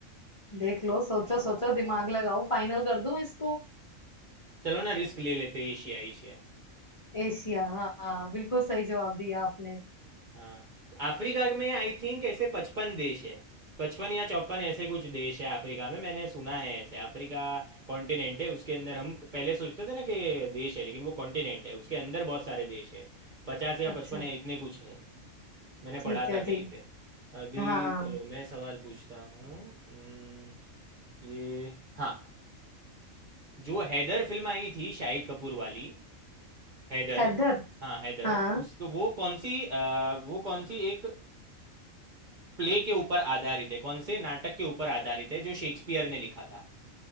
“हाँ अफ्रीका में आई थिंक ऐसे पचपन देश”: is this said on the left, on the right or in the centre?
Right